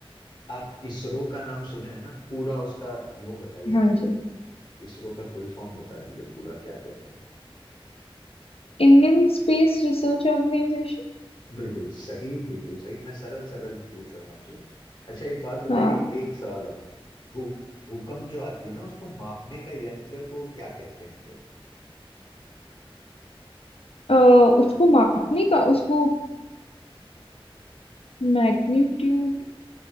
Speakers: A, on the left; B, on the left.
A: आप इसरो का नाम सुने हैं ना पूरा उसका वो बताइए
B: हाँ
A: मुझे
B: जी
A: इसरो का फुल फॉर्म बता दीजिए पूरा क्या कहते हैं
B: Indian space research organisation
A: बिल्कुल सही बिल्कुल सही मैं सरल सरल पूछ रहा हूँ आपसे अच्छा एक बात बताइए
B: हाँ
A: एक सवाल और भू भूकंप जो आती है ना उसको मापने का यंत्र को क्या कहते हैं हम लोग
B: अ, उसको मापने का उसको मैग्नीट्यूड